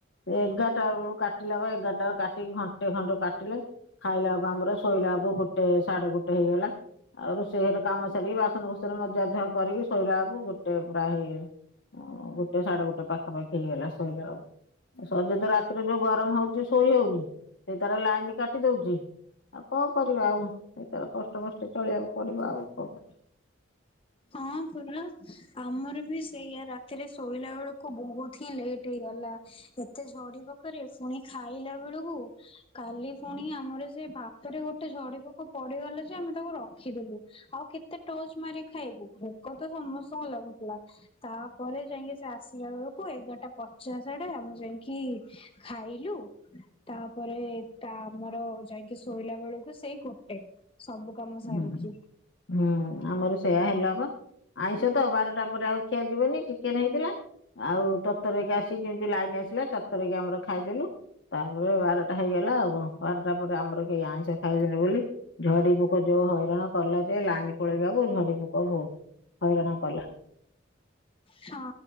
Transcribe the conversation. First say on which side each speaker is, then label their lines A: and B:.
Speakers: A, on the left; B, on the left.
A: ଏଗାରଟା ଅଳୁ କାଟିଲା ବା ଏଗାରଟା <unintelligible> କା ଟି ଘଣ୍ଟେ ଖଣ୍ଟେ କାଟିଲେ ଖାଇଲା ଆକୁ ଆମର ଶୋଇଲା ଆକୁ ଗୋଟେ ସାଢେ ଗୋଟେ ହେଇଗଲା। ଆଉ ରୋଷେଇ ଘରେ କାମ ସାରିକି ବାସନ କୁସନ ମଜାଧୁଆ କରିକି ଶୋଇବା ଆକୁ ଗୋଟେ ପୁରା ହେଇ ଅଁ ଗୋଟେ ସାଢେ ଗୋଟେ ପାଖାପାଖି ହେଇଗଲା ଶୋଇଲା ଆଳୁ। ସଜେତ ରାତିରେ ଯୋଉ ଗରମ ହଉଛି ଶୋଇ ହଉନି ସେଇ ଥର ଲାଇନି କାଟି ଦଉଚି। ଆଉ କଁ କରିବ ଆଉ ଏଇ ତର କଷ୍ଟ ମଷ୍ଟେ ଚଳିଆକୁ ପଡିବ ଆଉ କଁ କରିଆ।
B: ହଁ ପୁରା ଆମର ବି ସେଇଆ ରା ଥିରେ ଶୋଇଲା ବେଳକୁ ବହୁତି ହିଁ ଲେଟ ହେଇଗଲା ଏତେ ଝଡି ପୋ କରେ ପୁଣି ଖାଇଲା ବେଳକୁ କାଲି ପୁଣି ଆମର ସେ ଭାତରେ ଗୋଟେ ଝଡି ପୋକ ପଡିଗଲା ଯେ ଆମେ ତାକୁ ରଖିଦଲୁ। ଆଉ କେତେ ଟଚ୍ ମାରି ଖାଇବୁ ଭୋକ ତ ସମସ୍ତଙ୍କୁ ଲାଗୁଥିଲା ତାପରେ ଯାଇଁକି ସେ ଆସିବା ବେଳକୁ ଏଗାରଟା ପଚାଶ୍ ଆଡେ ଆମେ ଯାଇଁକି ଖାଇଲୁ। ତାପରେ ତା ଆମର ଯାଇକି ଶୋଇଲା ବେଳକୁ ସେଇ ଗୋଟେ। ସବୁ କାମ
A: କରିବା।
B: ସାରିକି।
A: ହୁଁ ଆମର ସେଇୟା ହେଲା ବା ଆଇଁଷ ତ ବାରଟା ପରେ ଆଉ ଖିଆ ଯିବନି ଚିକେନ୍ ହେଇଥିଲା। ଆଉ ତରତର ହେଇକି ଆସିକି ଯେମିତି ଲାଇନ୍ ଆସିଲା ତରତରକି ଆମର ଖାଇଦେଲୁ। ତାପରେ ବାରଟା ହେଇଗଲା ଆଉ କଣ ବାରଟା ପରେ ଆମର କେହି ଆଇଁଷ ଖାଇବେନି ବୋଲି ଝଡି଼ ପୋକ ଯୋଉ ହଇରାଣ କଲା ଯେ ଲାଇନ୍ ପଳେଇବାକୁ ଝଡ଼ି ପୋକ ବହୁତ ହଇରାଣ କଲା।
B: ହଁ